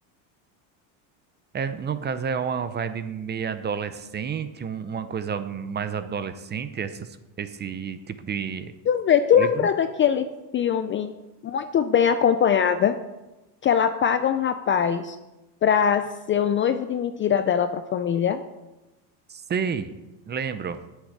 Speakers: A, on the right; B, on the left.
A: É, no caso, é uma vibe meio adolescente, um- uma coisa mais adolescente, essas, esse tipo de
B: Tu vê, tu
A: livro?
B: lembra daquele filme Muito Bem Acompanhada, que ela paga um rapaz para ser o noivo de mentira dela para a família?
A: Sei, lembro.